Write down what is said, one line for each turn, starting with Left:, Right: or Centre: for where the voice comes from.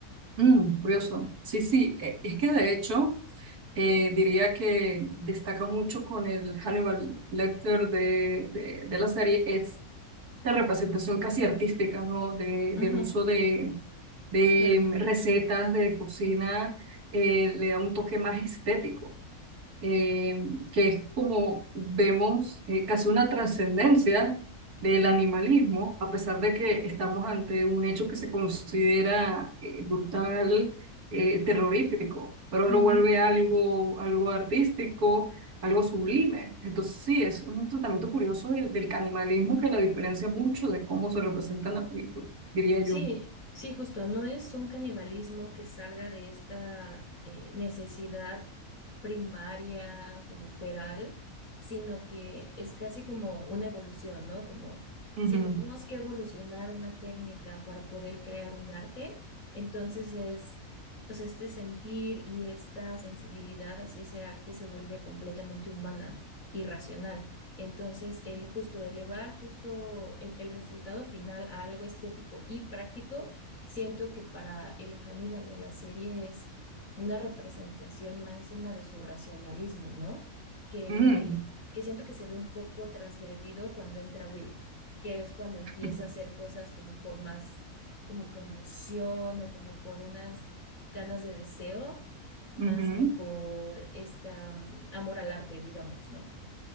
Right: mm, curioso. Sí, sí, eh, es que de hecho eh, diría que destaca mucho con el Hannibal Lecter de, de, de la serie es la representación casi artística, ¿no? De,
Left: Ujú,
Right: del uso de, de
Left: claro.
Right: recetas de cocina, eh, le da un toque más estético. eh, que es como vemos eh, casi una trascendencia del animalismo, a pesar de que estamos ante un hecho que se considera eh, brutal, eh, terrorífico, pero
Left: Ujú.
Right: lo vuelve algo, algo artístico, algo sublime. Entonces sí, es un tratamiento curioso del, del canibalismo que la diferencia mucho de cómo se representa en la película, diría
Left: Sí,
Right: yo.
Left: sí, justo, no es un canibalismo que salga de esta eh, necesidad primaria como feral, sino que es casi como una evolución, ¿no? Como
Right: Ujú,
Left: si tenemos que evolucionar una técnica para poder crear un arte, entonces es, pues este sentir y esta sensibilidad hacia ese arte se vuelve completamente humana y racional. Entonces, el justo elevar justo el, el resultado final a algo estético y práctico, siento que para el Hannibal de la serie es una representación máxima de su racionalismo, ¿no? Que,
Right: ujú,
Left: que siento que se ve un poco transgredido cuando entra Will, que es cuando empieza
Right: ujú,
Left: a hacer cosas como por más, como que emoción o como por unas ganas de deseo, más
Right: ujú, ujú.
Left: que por esta, mm, amor al arte, digamos, ¿no?